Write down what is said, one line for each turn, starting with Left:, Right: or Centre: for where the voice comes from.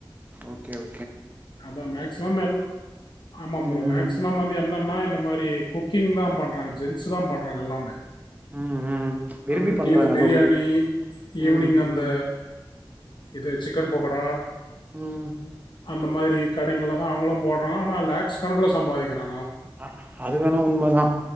Right: ஓகே ஓ
Left: அதான் மேக்சிமம் எல்லா ஆமாம்
Right: ம்
Left: ப்ரோ மேக்சிமம் வந்து என்னன்ன இந்த மாரி குக்கிங்தா பண்றாங்க, ஜென்ஸ்தா பண்றாங்க எல்லாமே.
Right: ம் ம் விரும்பி
Left: அஹ் குக்கிங்
Right: பண்றாங்க
Left: இந்த பிரியாணி
Right: அதுவுமே
Left: ஈவினிங்
Right: ம்
Left: அந்த
Right: ம்
Left: இது சிக்கன் பகோடா
Right: உம்
Left: அந்த மாதிரி கடைங்களதா அவங்களும் போடுறாங்க ஆனா லேக்ஸ் கணக்குல சம்பாதிக்குறா
Right: ஹ அது வேணா உண்மதா